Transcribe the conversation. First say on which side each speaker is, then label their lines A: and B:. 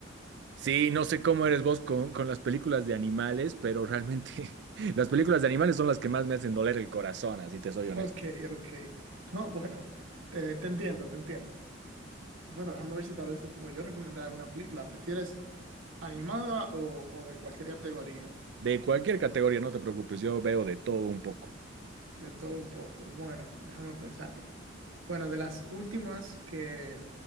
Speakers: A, on the right; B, on the right.
A: Sí, no sé cómo eres vos con, con las películas de animales, pero realmente <laughs> las películas de animales son las que más me hacen doler el corazón, así te soy honesto.
B: Ok, ok. No, bueno, te, te entiendo, te entiendo. Bueno, déjame ver si tal vez te puedo yo recomendar alguna película. ¿Prefieres animada o, o de cualquier categoría?
A: De cualquier categoría, no te preocupes, yo veo de todo un poco.
B: De todo un poco. Bueno, déjame pensarlo. Bueno, de las últimas que,